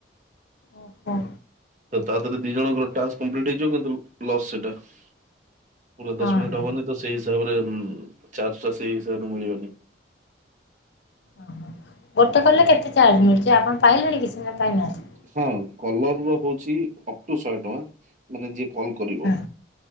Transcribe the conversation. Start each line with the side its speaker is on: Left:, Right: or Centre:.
Left: ଓହୋ।
Right: ତ ତା ଦେହରେ ଦି ଜଣଙ୍କର ଟାସ୍କ କମ୍ପ୍ଲିଟ ହେଇଯିବ କିନ୍ତୁ ଲସ୍ ସେଇଟା ପୁରା ଦଶ
Left: ଓହୋ
Right: ମିନିଟ ହବନି। ତ ସେଇ ହିସାବରେ ଚାର୍ଜ ଟା ସେଇ ହିସାବରେ ମିଳିବନି।
Left: ଓହୋ ଗୋଟେ କଲେ କେତେ ଚାର୍ଜ ମିଳୁଛି ଆପଣ ପାଇଲେଣି କି ସିନା ପାଇନାହାନ୍ତି।
Right: ହଁ କଲର ର ହଉଛି ଅପ ଟୁ ଶହେ ଟଙ୍କା ମାନେ ଯିଏ କଲ କରିବ।
Left: ହଁ